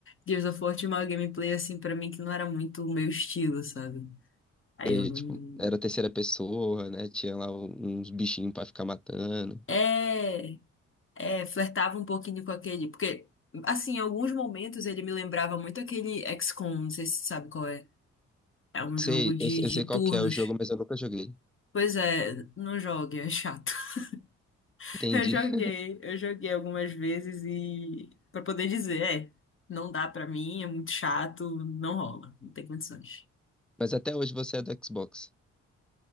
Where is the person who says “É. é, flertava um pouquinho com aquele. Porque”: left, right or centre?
Left